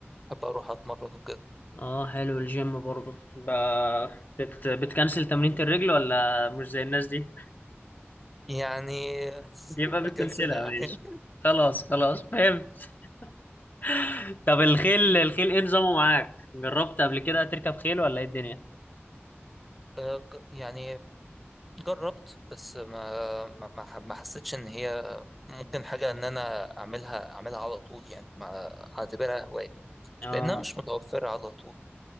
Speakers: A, in the centre; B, on the left.
A: بحب اروح اتمرن وكده
B: اه حلو الجيم برضه ب... بت... بتكنسل تمرينة الرجل ولا مش زي الناس دي
A: يعني
B: يبقى
A: <laughs> بكنسلها
B: بتكنسلها ماشي
A: احيانا
B: خلاص خلاص فهمت <laughs> طب الخيل الخيل ايه نظامه معاك جربت قبل كده تركب خيل ولا ايه الدنيا
A: آه، ج- يعني جربت بس ما ما ما ح- ما حسيتش ان هي ممكن حاجه ان انا اعملها اعملها على طول يعني ما اعتبرها هوايه
B: اه
A: لانها مش متوفره على طول